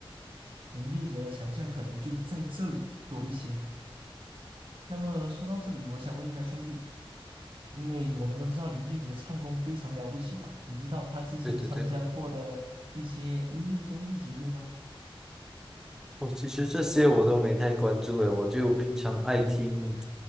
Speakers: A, on the right; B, in the centre.
A: 林俊杰的强项可能就在这里多一些。那么说到这里，我想问一下兄弟，因为我们都知道林俊杰唱功非常了不起嘛，你知道他之前参加过的一些音乐综艺节目吗？
B: 对对对。我其实这些我都没太关注诶，我就平常爱听